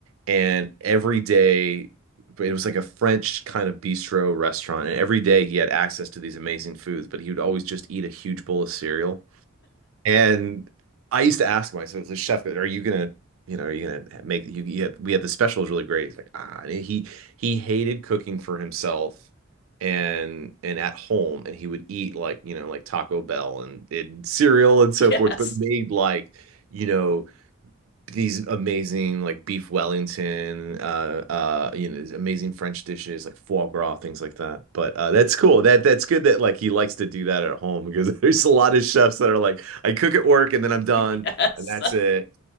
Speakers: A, on the right; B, on the left.
A: and every day it was like a French kind of bistro restaurant, and every day he had access to these amazing foods, but he would always just eat a huge bowl of cereal and I used to ask myself, so chef, are you gonna, you know, are you gonna make you, you have, we had the special is really great. It's like, ah, and he he hated cooking for himself and and at home and he would eat like, you know, like Taco Bell and, and cereal and so
B: Yes.
A: forth, but made like, you know, these amazing like beef Wellington, uh, uh, you know, these amazing French dishes like foie gras, things like that. But uh, that's cool. That that's good that like he likes to do that at home because <laughs> there's a lot of chefs that are like, I cook at work and then I'm done
B: <laughs> Yes.
A: and that's it.